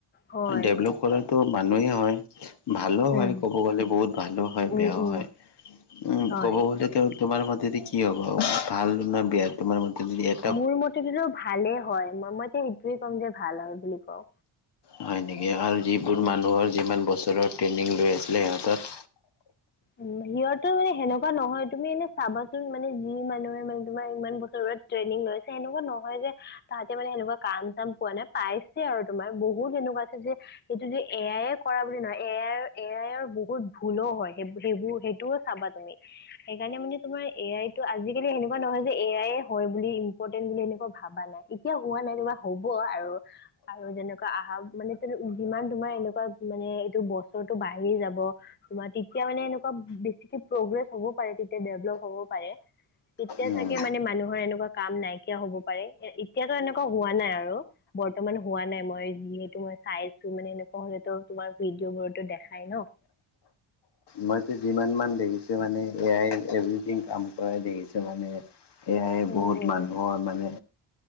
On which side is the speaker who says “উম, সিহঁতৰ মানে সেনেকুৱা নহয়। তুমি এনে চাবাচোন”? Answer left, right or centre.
Left